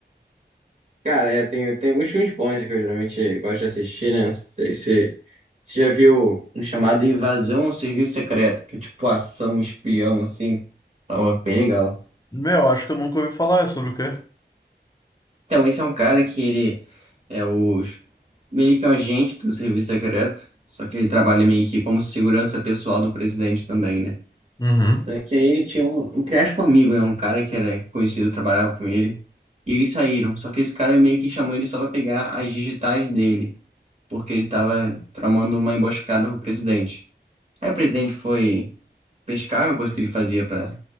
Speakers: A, on the right; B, on the left.
A: Cara, é, tem, tem alguns filmes bons que eu geralmente gosto de assistir, né? Não sei se você já viu um chamado Invasão ao Serviço Secreto, que é tipo ação, espião, assim, tava bem legal.
B: Meu, acho que eu nunca ouvi falar, é sobre o quê?
A: Então, esse é um cara que ele é o, meio que um agente do Serviço Secreto, só que ele trabalha meio que como segurança pessoal do presidente também, né?
B: Uhum,
A: Só que aí ele tinha um, entre aspas, um amigo, né? Um cara que era conhecido, trabalhava com ele. E eles saíram. Só que esse cara meio que chamou ele só pra pegar as digitais dele. Porque ele tava tramando uma emboscada pro presidente. Aí o presidente foi pescar, uma coisa que ele fazia pra